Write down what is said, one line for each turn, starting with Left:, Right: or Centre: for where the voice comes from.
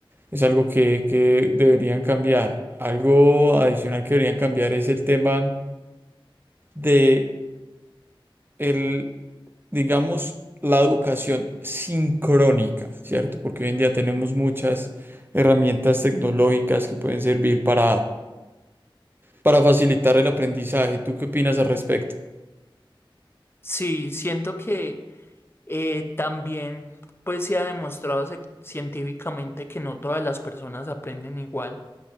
Right: Es algo que, que deberían cambiar. Algo adicional que deberían cambiar es el tema de el, digamos, la educación sincrónica, ¿cierto? Porque hoy en día tenemos muchas herramientas tecnológicas que pueden servir para, para facilitar el aprendizaje. ¿Tú qué opinas al respecto?
Left: Sí, siento que eh, también pues se ha demostrado se- científicamente que no todas las personas aprenden igual.